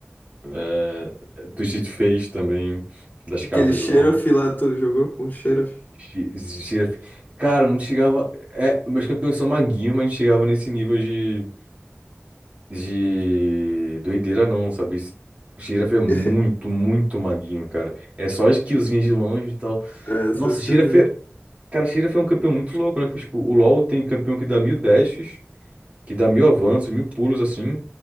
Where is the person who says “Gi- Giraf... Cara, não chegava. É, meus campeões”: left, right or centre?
Right